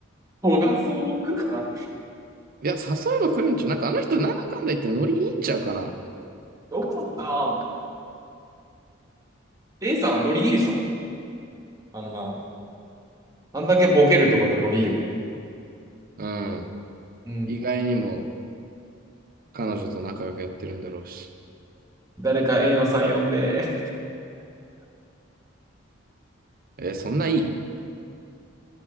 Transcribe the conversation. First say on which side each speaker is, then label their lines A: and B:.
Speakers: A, on the right; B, on the right.
A: 来なそう、来るかな。
B: いや、誘えば来るんちゃう。なんかあの人、なんだかんだ言ってノリいいんちゃうかな。
A: 奥野、ああ、A さんはノリいいでしょ。あんな。あんだけボケるってことはノリいいよ。
B: うん。
A: うん。
B: 意外にも彼女と仲良くやってるんだろうし。
A: 誰か A のさん呼んで。
B: えーそんないいい